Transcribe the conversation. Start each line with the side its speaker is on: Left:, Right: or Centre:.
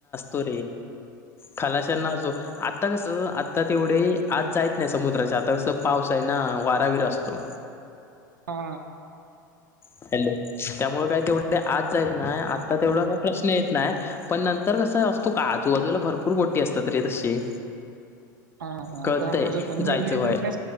Left: तो खलाशनाजो आता क आ तरता तेवढे आज जायच नाही समुद्राच्या आता कसं पाऊस आहे ना वारावीर असतो
Right: हा
Left: हॅलो त्यामुळे काय तेवढे आज जायत ना आत्ता तेवढा काय प्रश्न येत नाही पण नंतर कसं असतो का आजूबाजूला भरपूर गोटी असत तरी तशी
Right: हा हा
Left: कळतंय
Right: त्यामुळे
Left: जायचं
Right: म्हणजे
Left: बाहेर
Right: तुम्हीं